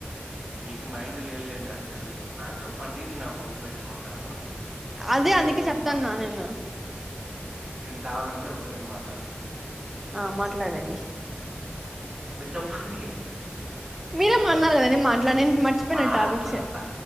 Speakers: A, on the right; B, in the centre.
A: మీకి మైండ్ లేదులేండి అది తెలుసు. నాకు చెప్పండి నేను అవ్ గుర్తుపెట్టుకుంటాను.
B: అదే
A: నేను
B: అందుకే
A: ఒకటోటి
B: చెప్తాన్నా
A: మాట్లాడు,
B: నేను
A: నేను కావాలంటే ఒకటోటి మాట్లాడతా.
B: ఆ మాట్లాడండి
A: మీర్ చెప్పండి
B: మీరేం మన్నారు కదండి మాట్లాడ్నన్ నేన్ మర్చిపోయిన
A: మాట్లాడతా
B: టాపిక్స్.